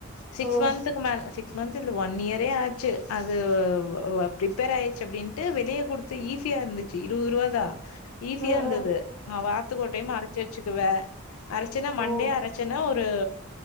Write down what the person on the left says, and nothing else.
சிக்ஸ்
மன்த்க்கு மேல சிக் க்ஸ்ட் மந்த் இல்ல ஒன் இயரே ஆச்சு அதுவ் வ ரிப்பேர் ஆய்ர்ச்சு அப்டின்ட்டு வெளிய குடுத்து ஈசி யா இருந்துச்சு இருவரூவாதா ஈஸியா
இருந்தது
நா வார்த்துக்கொரு டைம் அரச்சு வச்சுக்குவே அரச்சனா மண்டே
அரச்சனா ஒர் ரு